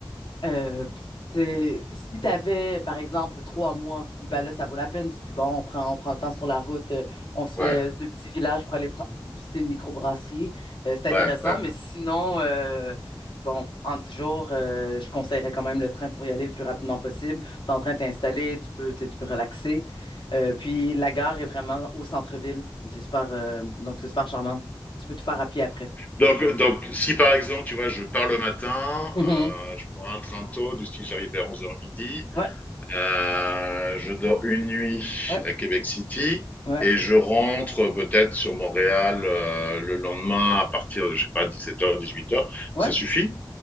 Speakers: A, on the left; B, on the left.
A: Euh, c'est- si tu avais, par exemple, trois mois, ben là, ça vaut la peine. Tu dis, bon, on prend, on prend le temps sur la route, euh, on se fait
B: Ouais,
A: deux petits villages pour aller pre- visiter une microbrasserie. Euh, c'est intéressant,
B: ouais, ouais.
A: mais sinon, euh, bon, en dix jours, euh, je conseillerais quand même le train pour y aller le plus rapidement possible. T'es en train de t'installer, tu peux, tu sais, tu peux relaxer. Euh, puis la gare est vraiment au centre-ville. C'est super, euh, donc c'est super charmant. Tu peux tout faire à pied après.
B: Donc, donc, si par exemple, tu vois, je pars le matin,
A: Mhm.
B: euh, je prends un train tôt, du style j'arrive vers onze heures midi,
A: Ouais,
B: euh, je dors une nuit
A: ouais,
B: à Québec City
A: ouais.
B: et je rentre euh, peut-être sur Montréal euh, le lendemain à partir de, je sais pas, dix-sept heures, dix-huit heures.
A: ouais.
B: Ça suffit?